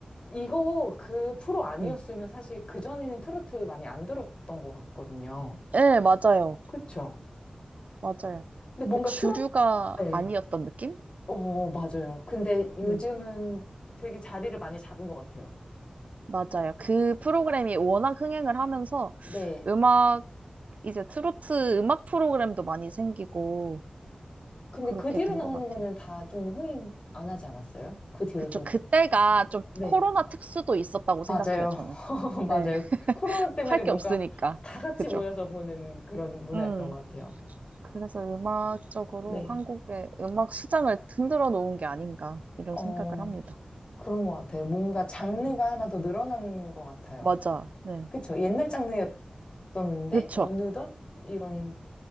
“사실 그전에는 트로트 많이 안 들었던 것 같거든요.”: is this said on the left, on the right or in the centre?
Left